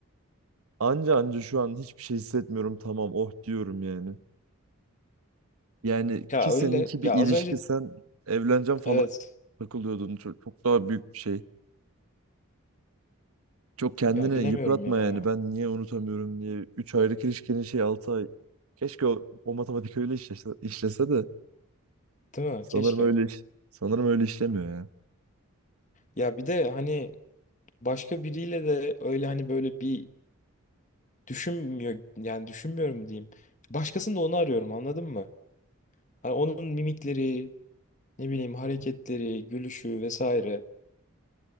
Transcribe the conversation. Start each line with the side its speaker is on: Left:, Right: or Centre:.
Right: Anca anca şu an hiçbir şey hissetmiyorum. Tamam oh diyorum yani. Yani
Left: Ya
Right: ki seninki
Left: öyle
Right: bir
Left: ya
Right: ilişki
Left: az önce
Right: sen evleneceğim falan
Left: evet
Right: takılıyordun. Çok, çok daha büyük bir şey. Çok kendini
Left: ya bilemiyorum
Right: yıpratma
Left: ya
Right: yani. Ben niye unutamıyorum diye. 3 aylık ilişkinin şey 6 ay. Keşke o, o matematik öyle işlese, işlese de
Left: değil mi
Right: sanırım
Left: keşke.
Right: öyle iş, sanırım öyle işlemiyor ya.
Left: Ya bir de hani başka biriyle de öyle hani böyle bir düşünmüyor yani düşünmüyorum diyeyim. Başkasında onu arıyorum anladın mı? Hani onun mimikleri, ne bileyim hareketleri, gülüşü vesaire.